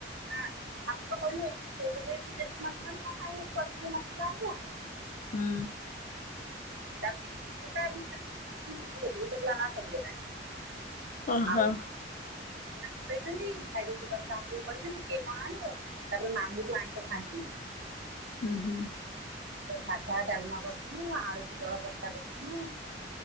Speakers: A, on the right; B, on the left.
A: ହଁ ଆମେ ତ କହିଲୁ ଏଠୁ ହେଇଗଲେ ଏଠି ଦେଶୀ ମାଛ ଆଣିବା କାହିଁକି ବରଫ ଦିଆ ମାଛ ଗୁଡା ଆଣିବା।
B: ହୁଁ
A: ତାପରେ ଫୋନ୍ ଟା କଲି ସିପୁ କଟସେଗଲା ନା ସରିଗଲାଣି।
B: ଓହୋ।
A: ଆଉ ପଳେଇଛନ୍ତି ଭାଇର ସୁବାସର ହାଟକୁ ପଳେଇଛନ୍ତି କିଏ କଣ ଆଣିବ ତାପରେ ମାମୁଁ ବି ଆଇଁଷ ଖାଆନ୍ତିନି।
B: ହୁଁ ହୁଁ।
A: ସାଧା ଡ଼ାଲମା କରୁ ନୁ ଆଳୁ ପୋଟଳ କଷା କରୁନୁ